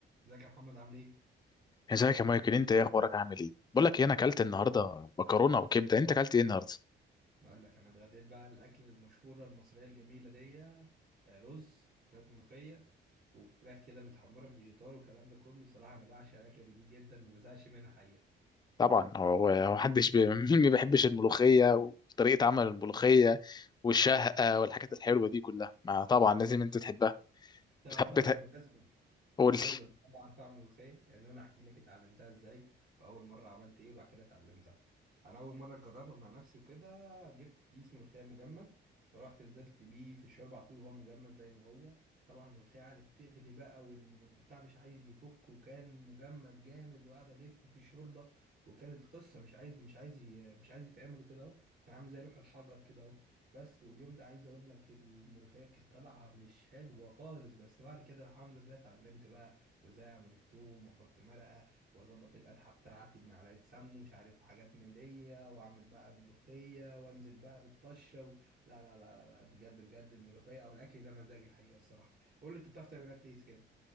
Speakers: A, on the right; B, on the left.
A: ازيك يا محمد عامل ايه؟
B: ازيك يا مايكل انت ايه اخبارك عامل ايه بقول لك ايه انا اكلت النهارده مكرونه وكبده انت اكلت ايه النهارده
A: اقول لك انا اتغديت بقى الاكل المشهوره المصريه الجميله دي آه، رز شويه ملوخيه وفراخ كده متحمره بفيجيتار والكلام ده كله صراحه انا بعشق الاكله دي جدا ما بزهقش منها حقيقه
B: طبعا هو هو محدش بي... <laughs> مين ما بيحبش الملوخيه وطريقه عمل الملوخيه والشهقه والحاجات الحلوه دي كلها ما طبعا لازم انت تحبها
A: تعرف
B: بتحب
A: بقى
B: تح-
A: بالمناسبه
B: قول
A: بالمناسبة
B: لي
A: أنا بعرف أعمل ملوخية يعني أنا أحكي لك اتعلمتها إزاي وأول مرة عملت إيه وبعد كده اتعلمتها أنا أول مرة أجربها مع نفسي وكده جبت كيس ملوخية مجمد ورحت نزلت بيه في الشوربة على طول وهو مجمد زي ما هو طبعا الملوخية قعدت تغلي بقى والبتاع مش عايز يفك وكان مجمد جامد وقعد ألف في الشوربة وكانت قصة مش عايز مش عايز ي- مش عايز يتعمل كده أهو كان عامل زي لوح الحجر كده بس واليوم ده عايز اقول لك الملوخيه كانت طالعه مش حلوه خالص بس بعد كده الحمد لله اتعلمت بقى وازاي اعمل التوم واحط مرقه واظبط القدحه بتاعتي بمعلقه سمن ومش عارف حاجات من دي واعمل بقى الملوخيه وانزل بقى بالطشه و... لا لا لا لا لا، بجد بجد الملوخيه او الاكل ده مزاج الحقيقه الصراحه قول لي انت بتعرف تعمل اكل ايه كده